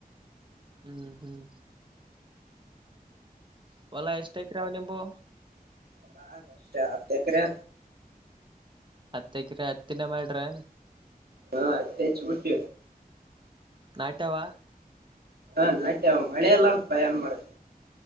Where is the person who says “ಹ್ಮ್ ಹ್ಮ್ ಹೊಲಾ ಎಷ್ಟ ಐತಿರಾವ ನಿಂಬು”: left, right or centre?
Right